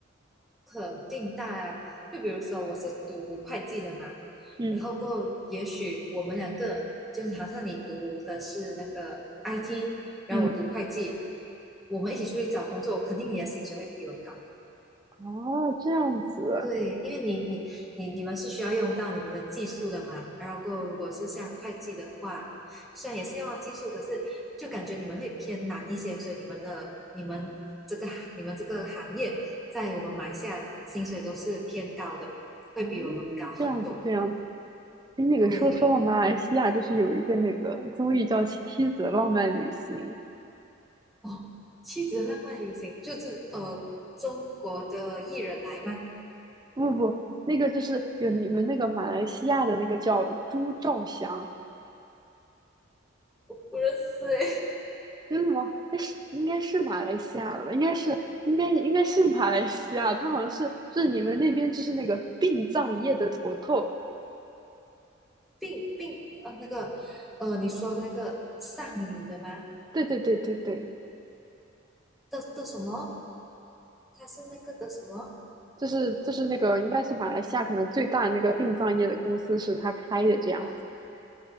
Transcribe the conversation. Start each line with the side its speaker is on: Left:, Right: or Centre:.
Centre: 肯定大啊。就比如说我是读会计的嘛，
Right: 嗯
Centre: 然后过后也许我们两个就是好像你读的是那个 IT，然后我读会计，
Right: 嗯，
Centre: 我们一起出去找工作，肯定你的薪水会比我高
Right: 哦，这样子，
Centre: 对，因为你你你你们是需要用到你们的技术的嘛，然后过后如果是像会计的话，虽然也是用到技术，可是就感觉你们会偏难一些，所以你们的你们这个你们这个行业在我们马来西亚薪水都是偏高的，会比我们高很多。
Right: 哦，这样子这样子。哎，那个说说到马来西亚，
Centre: 对，
Right: 就是有一个那个综艺叫《妻子浪漫旅行》，
Centre: 哦，妻子的浪漫旅行就是呃中国的艺人来吗？
Right: 不不不那个就是有你们那个马来西亚的那个叫朱兆祥，
Centre: 我不认识诶，
Right: 真是什么？那是应该是马来西亚的吧？应该是，应该应该是马来西亚，他好像是就是你们那边就是那个殡葬业的头头，
Centre: <laughs> 并并呃那个呃你说那个上礼的吗？
Right: 对对对对对，
Centre: 的的什么？他是那个的什么？
Right: 就是就是那个应该是马来西亚可能最大的那个殡葬业的公司是他开的这样。
Centre: 哦，